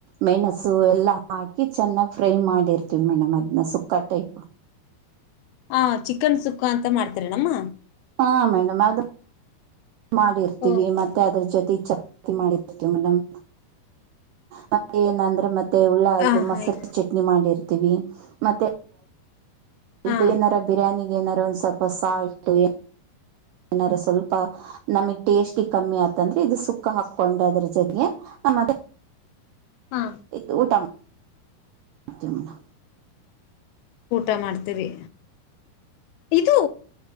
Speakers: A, on the right; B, on the left.
A: ಮೆಣಸು ಎಲ್ಲ ಹಾಕಿ ಚೆನ್ನಾಗಿ ಫ್ರೈ ಮಾಡಿರ್ತೀವಿ ಮೇಡಮ್ ಅದನ್ನ ಸುಕ್ಕ ಟೈಪ್.
B: ಹಾ ಚಿಕನ್ ಸುಕ್ಕ ಅಂತ ಮಾಡ್ತಾರೆ ನಮ್ಮ
A: ಹ ಮೇಡಂ ಅದ್ ಮಾಡಿರ್ತೀವಿ
B: ಓ ಹೋ
A: ಮತ್ತೆ ಅದ್ರ ಜೊತೆ ಚೆ ತಿ ಮಾಡಿರ್ತಿವ್ ಮೇಡಮ್. ಮತ್ತ ಏನಂದ್ರೆ ಮತ್ ತ್ತೆ ಉಳ್ಳ
B: ಹಾ
A: ಇದು ಮಸರ್
B: ಹಾಯ್
A: ಚಟ್ನಿ ಮಾಡಿರ್ತೀವಿ. ಮತ್ತೆ
B: ಹಾ
A: ಇದೇನರ ಬಿರಿಯಾನಿ ಏನಾರ ಒಂದ್ ಸ್ವಲ್ಪ ಸಾಲ್ಟ್ ಏನಾರ ಸ್ವಲ್ಪ ನಮಗ್ ಟೇಸ್ಟಿಗ್ ಕಮ್ಮಿ ಆತಂದ್ರೆ ಇದು ಸುಕ್ಕ ಹಾಕೊಂಡ್ ಅದ್ರ ಜೊತೆಗೆ ಆಮೇಲ್
B: ಹಾ
A: ಇದ್ ಊಟ ಮಾ ತಿವ್ ಮೇಡಂ.
B: ಊಟ ಮಾಡ್ತೀರಿ ಇದು